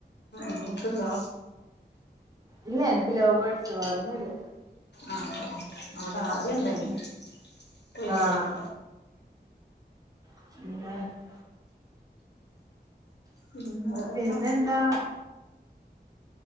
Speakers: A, on the left; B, on the right.
A: ങ്ങക്ക്ണ്ടാ
B: ഇല്ല എനക്ക് ലൗവ് ബെഡ്‌സ് വേറോന്നും ല്ല
A: ആഹ അവിടെ ആദ്യംണ്ടായിന്നു. പ്പഒയിവാക്കി
B: ആഹ് <unintelligible>
A: ഹും വേറെന്താ
B: പിന്നെന്താ